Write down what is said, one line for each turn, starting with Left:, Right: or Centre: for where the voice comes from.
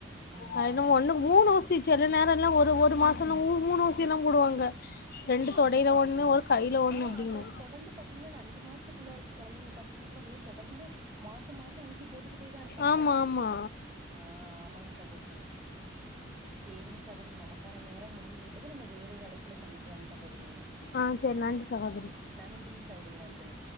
Right: ம்
Left: அது என்னமோ ஒண்ணுக்கு மூணு ஊசி சில நேரம்லா ஒரு மாசோல்லா மூ மூணு ஊசில்லா போடுவாங்க ரெண்டு தொடையில
Right: ஆமா சகோதரி
Left: ஒண்ணு ஒரு கையில ஒண்ணு
Right: ஆ
Left: அப்டின்னு
Right: அந்த தொடர்ந்து பாத்தீங்கனா அஞ்சு மாச சக்குள்ள இருக்க கொழந்தைங்கள பாத்தீங்கனா சகோதரி தொடர்ந்து மாச மாச ஊசி போட்டுக்கிட்டே தா இருப்பாங்க
Left: ஆமா ஆமா
Right: ஆ ஆமாங்க சகோதரி சேரிங் சகோதரி நமக்கான நேரம் முடிந்து விட்டது நம்ம வேறொரு அழைப்புல சந்திக் க்லம் சகோதரி
Left: ஆ செரி நன்றி சகோதரி
Right: நாங்க றி சகோதரி நன்றி